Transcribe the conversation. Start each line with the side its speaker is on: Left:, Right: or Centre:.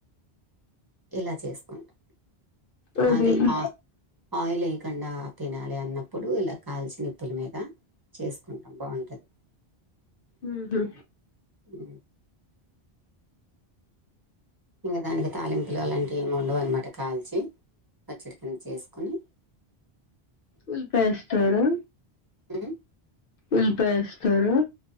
Right: ఇలా చేసుకుంటాం
Left: అదేలే
Right: అదే ఆ ఆయిల్ ఎయకుండా తినాలి అన్నప్పుడు ఇలా కాల్చి నిప్పుల మీద చేసుకుంటాం బాగుంటది
Left: ఉహూ
Right: ఉ ఇంకా దానికి తాలింపులు అలాంటివి ఏం ఉన్నావు అన్నమాట కాల్చి పచ్చడికిని చేసుకొని
Left: ఉల్లిపాయ ఎస్తారా
Right: ఉ
Left: ఉల్పాయ ఎస్తారా